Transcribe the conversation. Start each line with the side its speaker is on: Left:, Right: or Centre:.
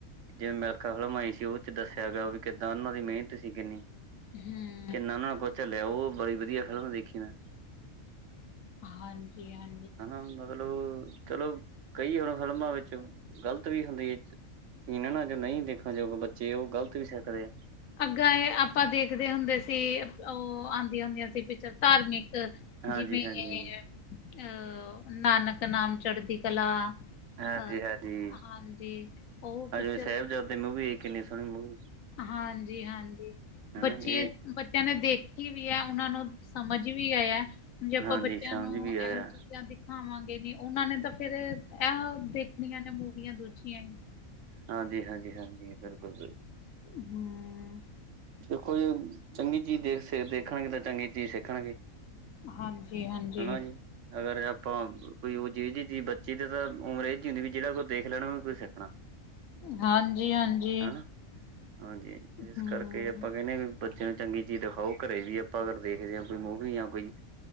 Right: ਜਿਵੇਂ ਮਿਲਖਾ ਫਿਲਮ ਆਈ ਸੀ ਉਹ ਚ ਦੱਸਿਆ ਗਿਆ ਵੀ ਕਿੱਦਾਂ ਉਹਨਾਂ ਦੀ ਮਿਹਨਤ ਸੀ ਕਿੰਨੀ।
Left: ਹੂੰ।
Right: ਕਿੰਨਾ ਉਹਨਾਂ ਨੇ ਕੁਛ ਝੱਲਿਆ ਉਹ ਬੜੀ ਵਧੀਆ ਫਿਲਮ ਦੇਖੀ ਮੈਂ।
Left: ਹਾਂਜੀ ਹਾਂ।
Right: ਹਨਾ ਮਤਲਬ ਚਲੋ, ਕਈ ਹੁਣ ਫਿਲਮਾਂ ਵਿੱਚ ਗ਼ਲਤ ਵੀ ਹੁੰਦੀ। ਨਹੀ ਨਾ ਜੋ ਨਹੀਂ ਦੇਖਣ ਜੋਗ ਬੱਚੇ ਉਹ ਗਲਤ ਵੀ ਸਿੱਖਦੇ ਆ।
Left: ਅੱਗਾਂ ਇਹ ਆਪਾਂ ਦੇਖਦੇ ਹੁੰਦੇ ਸੀ ਉਹ ਆਂਦੀਆਂ ਹੁੰਦੀਆਂ ਸੀ ਪਿਕਚਰ ਧਾਰਮਿਕ।
Right: ਹਾਂਜੀ-ਹਾਂਜੀ।
Left: ਜਿਵੇਂ ਏ ਅਹ, ਨਾਨਕ ਨਾਮ ਚੜ੍ਹਦੀ ਕਲਾ। ਅਹ
Right: ਹਾਂਜੀ-ਹਾਂਜੀ
Left: ਹਾਂਜੀ, ਉਹ
Right: ਆ
Left: ਪਿਕਚਰ
Right: ਜਿਵੇਂ ਸਾਹਿਬਜ਼ਾਦੇ ਮੂਵੀ ਆਈ ਕਿੰਨੀ ਸੋਹਣੀ ਮੂਵੀ
Left: ਹਾਂਜੀ- ਹਾਂਜੀ
Right: ਹਨਾ
Left: ਬੱਚੇ
Right: ਇਹ
Left: ਬੱਚਿਆਂ ਨੇ ਦੇਖੀ ਵੀ ਹੈ, ਉਹਨਾਂ ਨੂੰ ਸਮਝ ਵੀ ਆਇਆ। ਜੇ ਆਪਾਂ
Right: ਹਾਂਜੀ
Left: ਬੱਚਿਆਂ
Right: ਸਮਝ
Left: ਨੂੰ
Right: ਵੀ ਆਇਆ
Left: ਇਹੋ ਚੀਜ਼ਾਂ ਦੀ ਦਿਖਵਾਂਗੇ ਨੀ ਉਹਨਾਂ ਨੇ ਤਾਂ ਫਿਰ ਇਹ ਦੇਖਣੀਆਂ ਨੇ ਮੂਵੀਆਂ ਦੂਜੀਆਂ ਹੀ
Right: ਹਾਂਜੀ, ਹਾਂਜੀ, ਹਾਂਜੀ ਬਿਲਕੁਲ-ਬਿਲਕੁਲ
Left: ਹਮ
Right: ਦੇਖੋ ਜੀ ਚੰਗੀ ਚੀਜ਼ ਦੇਖ ਦੇਖਣਗੇ, ਤਾਂ ਚੰਗੀ ਚੀਜ਼ ਸਿੱਖਣਗੇ
Left: ਹਾਂਜੀ-ਹਾਂਜੀ।
Right: ਹਨਾ ਜੀ ਅਗਰ ਆਪਾਂ ਕੋਈ ਉਹ ਚੀਜੀ ਬੱਚੀ ਤੇ ਤਾਂ ਉਮਰ ਇਹ ਜਹੀ ਹੁੰਦੀ, ਵੀ ਜਿਹੜਾ ਕੋਈ ਦੇਖ ਲੈਣਾ ਵੀ ਕੁਛ ਸਿੱਖਣਾ।
Left: ਹਾਂਜੀ- ਹਾਂਜੀ
Right: ਹਨਾ। ਹਾਂਜੀ, ਇਸ
Left: ਹਮ
Right: ਕਰਕੇ ਕਿ ਆਪਾਂ ਕਹਿੰਦੇ ਵੀ ਬੱਚਿਆਂ ਨੂੰ ਚੰਗੀ ਚੀਜ਼ ਦਿਖਾਓ ਘਰੇ ਵੀ, ਆਪਾਂ ਅਗਰ ਦੇਖਦੇ ਹਾਂ ਕੋਈ ਮੂਵੀ ਜਾਂ ਕੋਈ